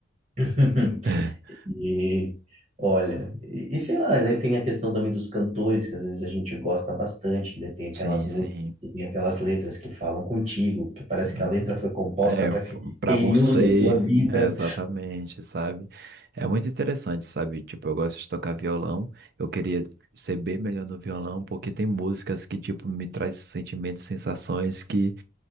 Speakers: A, on the right; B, on the right.
A: <laughs>
B: <laughs>
A: E olha, e, e sei lá, né, daí tem a questão também dos cantores, que às vezes a gente gosta bastante, que daí tem aquelas
B: Sim,
A: músicas,
B: sim.
A: que tem aquelas letras que falam contigo, que parece
B: Uhum.
A: que a letra foi composta
B: É,
A: para aquele
B: para
A: período
B: você,
A: da tua vida.
B: é exatamente, sabe? É muito interessante, sabe? Tipo, eu gosto de tocar violão, eu queria ser bem melhor no violão, porque tem músicas que, tipo, me traz sentimentos, sensações que